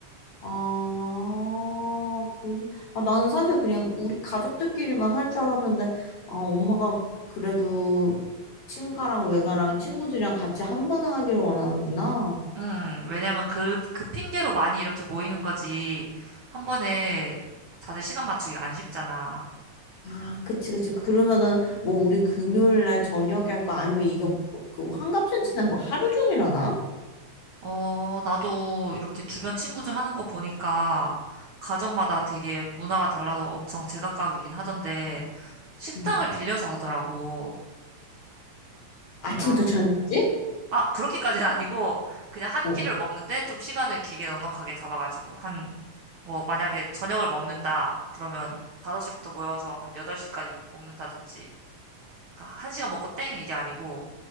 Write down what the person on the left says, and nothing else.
아, 그래서, 아, 나는 사실 그냥 우리 가족들끼리만 할 줄 알았는데, 아, 엄마가 그래도 친가랑 외가랑 친구들이랑 같이 한 번은 하기를 원하는구나.
아, 그치, 그치. 그러면은, 뭐, 우리 금요일 날 저녁에 할까? 아니면 이거, 뭐, 그, 환갑잔치는 뭐 하루 종일 하나?
음.
아침부터 저녁까지?
어.